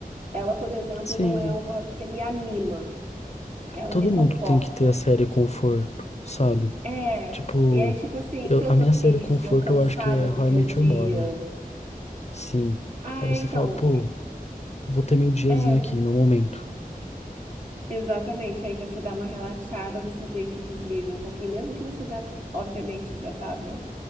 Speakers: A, on the right; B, on the left.
A: ela, por exemplo,
B: Sim.
A: não é uma que me anima, ela
B: todo
A: me conforta.
B: mundo tem que ter a série conforto, sabe?
A: É.
B: Tipo,
A: E aí, tipo assim,
B: eu-
A: se eu
B: a
A: tô
B: minha
A: triste
B: série conforto
A: ou cansada
B: eu acho que é
A: do
B: How
A: meu
B: I Met
A: dia,
B: Your Mother. Sim.
A: ah,
B: Aí você
A: então.
B: fala, pô, vou ter meu diazinho
A: é
B: aqui, meu momento.
A: Exatamente, aí você dá uma relaxada, você vê que desliga um pouquinho, mesmo que você já, obviamente, já tava,